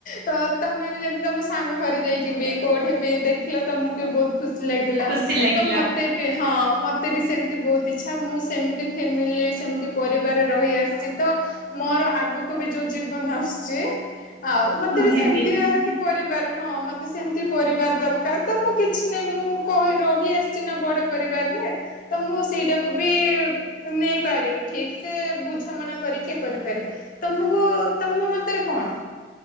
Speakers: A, on the left; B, on the right.
A: ତ ତମେ ବି ଯେମିତି ତମ ସାଙ୍ଗ ଘରେ ଯାଇକିବି କୋଉଠି ବି ଦେଖିଲ ତମକୁ ବି ବହୁତ ଖୁସି ଲାଗିଲା
B: ଖୁସି ଲାଗିଲା
A: ତ ମତେ ବି ହଁ ମ ତେ ବି ସେମିତି ବହୁତ ଇଚ୍ଛା ମୁଁ ସେମିତି ଫେମିଲି ରେ ସେମିତି ପରିବାର ରହିଆସିଛି ତ ମୋର ଆଗକୁ କୁ ବି ଯୋଉ ଜୀବନ ଆସୁଛି ଆଉ ମତେ
B: ନିହାତି
A: ବି ସେମିତିୟା ହିଁ ପରି ର ହଁ ମତେ ସେମତି ପରିବାର ଦରକାର ତ ମୁଁ କିଛି ନାହିଁ ମୁଁ କ ରହି ଆସିଛି ନା ବଡ ପରିବାର ବାର ରେ ତ ମୁଁ ସେଇଟାକୁ ବି ନେଇପାରିବି ଠିକ ସେ ବୁଝାମଣା କରି ଏ କରିପାରେ ତମକୁ ତମ ମତରେ କଣ?